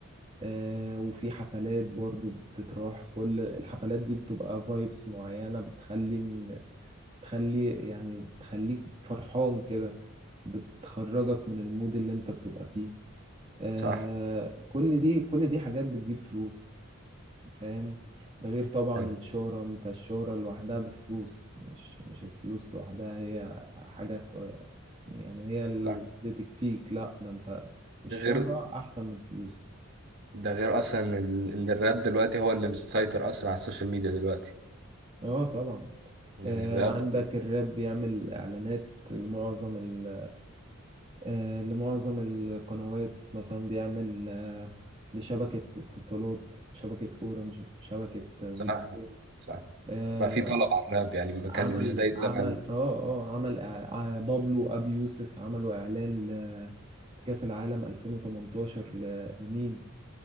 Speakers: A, on the right; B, on the right.
A: آه، وفي حفلات برضو بتتراح كل الحفلات دي بتبقى فايبس معينة بتخلي إن- بتخلي يعني بتخليك فرحان كده بتخرجك من المود اللي انت بتبقى فيه آه،
B: صح
A: كل دي كل دي حاجات بتجيب فلوس فاهم ده غير طبعا
B: ايوه
A: الشهرة انت الشهرة لوحدها بفلوس مش مش الفلوس لوحدها هي حاجة كوي... يعني هي اللي
B: صح
A: تكفيك لا ده انت الشهرة
B: غير
A: احسن من الفلوس
B: ده غير اصلا ال- ان الراب دلوقتي هو اللي مسيطر اصلا على السوشيال ميديا دلوقتي
A: اه طبعا
B: يعني
A: آه
B: الراب
A: عندك الراب بيعمل اعلانات لمعظم ال... آه لمعظم القنوات مثلا بيعمل آه لشبكة اتصالات وشبكة اورنج وشبكة فودافون
B: صح صح
A: آه،
B: بقى في طلب على الراب يعني ما
A: عمل
B: كان مش زي زمان
A: عمل اه اه عمل إع- ع- بابلو ابي يوسف عملوا اعلان ل- في كاس العالم 2018 ل- لمين